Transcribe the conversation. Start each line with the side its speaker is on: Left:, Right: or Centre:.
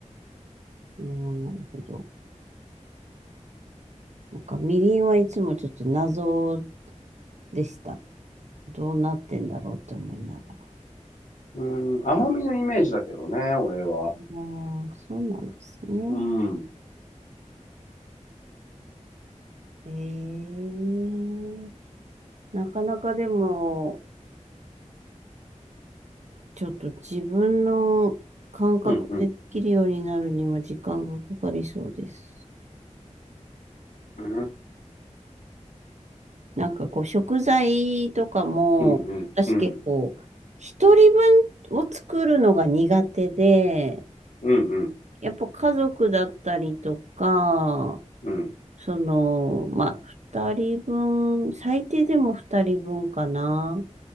Right: うんなるほど。なんかみりんはいつもちょっと謎でした。どうなってんだろうって思いながら。
Left: うん、甘みのイメージだけどね、
Right: あ
Left: 俺は。
Right: あ、そうなんですね。
Left: うん。
Right: ええなかなかでも、ちょっと自分の感覚でできるようになるには時間がかかりそうです。
Left: うんうんうん、
Right: なんかこう食材とかも、
Left: うん、うん、
Right: 私結構一人
Left: うん、
Right: 分を作るのが苦手で、
Left: うん、うん、
Right: やっぱ家族だったりとか、
Left: うん、
Right: その、まあ、二人分、最低でも二人分かな、